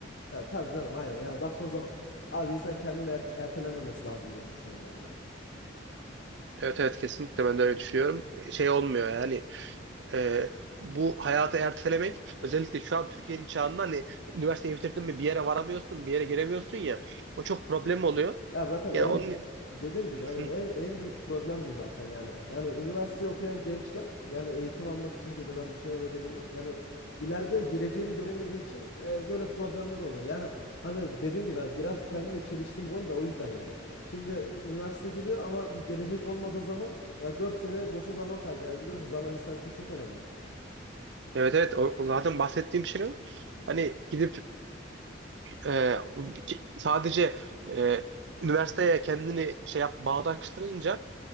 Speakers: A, on the left (about 70°); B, on the right (about 65°).
A: Ya tabii canım aynen. Yani baktığın zaman abi insan kendini erte- ertelememesi lazım diye düşünüyorum ben yani.
B: Evet evet kesinlikle ben de öyle düşünüyorum. E, Şey olmuyor yani e, bu hayatı ertelemek özellikle şu an Türkiye'nin çağında hani üniversiteyi bitirdin mi bir yere varamıyorsun bir yere giremiyorsun
A: Hı hı.
B: ya o çok problem oluyor.
A: Ya zaten
B: Yani
A: en
B: onun
A: dediğim gibi yani
B: Hı.
A: en, en büyük problem bu zaten yani. Yani üniversite okuyan gençler yani eğitim almak için geliyorlar, bir şeyler öğreniyorlar. Yani ileride geleceğini göremediği için e, böyle problemler oluyor. Yani hani dediğim gibi ben biraz kendimle çeliştim konuda o yüzden yani. Şimdi üniversite geliyor ama bir gelecek olmadığı zaman ya 4 sene boşa zaman kaybı. Yani biliyorsun zaman insan için çok önemli.
B: evet evet o, o zaten bahsettiğim şey o. Hani gidip e, ki- sadece e, üniversiteye kendini şey yap bağdaştırınca